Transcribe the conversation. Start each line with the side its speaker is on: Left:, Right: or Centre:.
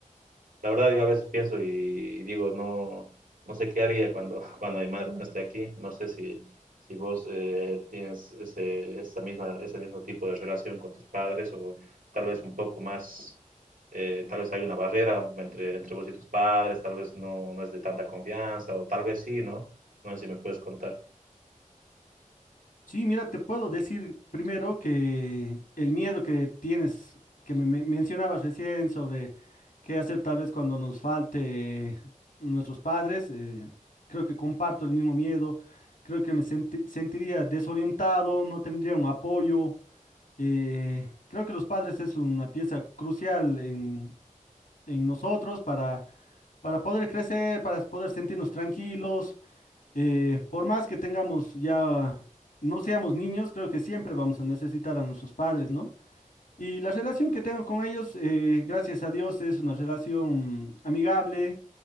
Right: la verdad, yo a veces pienso y digo, no, no sé qué haría cuando, <laughs> cuando mi madre no esté aquí. No sé si, si vos eh, tienes ese, esa misma, ese mismo tipo de relación con tus padres o tal vez un poco más, eh, tal vez hay una barrera entre, entre vos y tus padres, tal vez no, no es de tanta confianza o tal vez sí, ¿no? No sé si me puedes contar.
Left: Sí, mira, te puedo decir primero que el miedo que tienes, que me, me mencionabas recién sobre qué hacer tal vez cuando nos falte nuestros padres, eh, creo que comparto el mismo miedo, creo que me senti- sentiría desorientado, no tendría un apoyo. eh, creo que los padres es una pieza crucial en, en nosotros para, para poder crecer, para poder sentirnos tranquilos. Eh, por más que tengamos ya, no seamos niños, creo que siempre vamos a necesitar a nuestros padres, ¿no? Y la relación que tengo con ellos, eh, gracias a Dios, es una relación amigable.